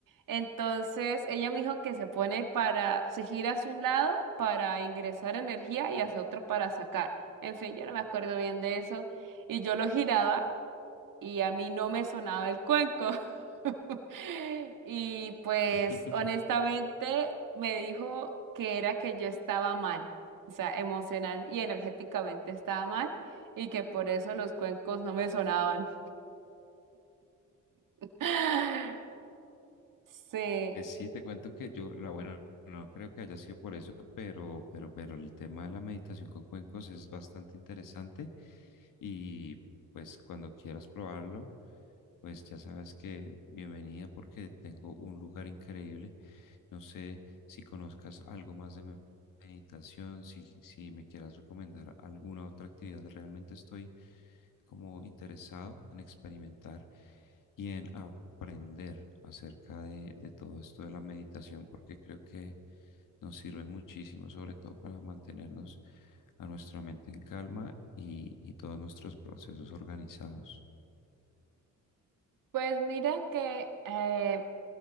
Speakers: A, on the right; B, on the left.
A: Entonces, ella me dijo que se pone para, se gira hacia un lado para ingresar energía y hacia otro para sacar. En fin, yo no me acuerdo bien de eso. Y yo lo giraba y a mí no me sonaba el cuenco. <laughs> Y pues
B: <laughs>
A: honestamente me dijo que era que yo estaba mal, o sea, emocional y energéticamente estaba mal y que por eso los cuencos no me sonaban. <laughs> Sí,
B: Pues sí, te cuento que yo, la buena, no creo que haya sido por eso, pero, pero, pero el tema de la meditación con cuencos es bastante interesante y pues cuando quieras probarlo, pues ya sabes que bienvenida porque tengo un lugar increíble No sé si conozcas algo más de me- meditación, si, si me quieras recomendar alguna otra actividad. Realmente estoy como interesado en experimentar y en aprender acerca de, de todo esto de la meditación, porque creo que nos sirve muchísimo, sobre todo para mantenernos a nuestra mente en calma y, y todos nuestros procesos organizados.
A: pues mira que eh,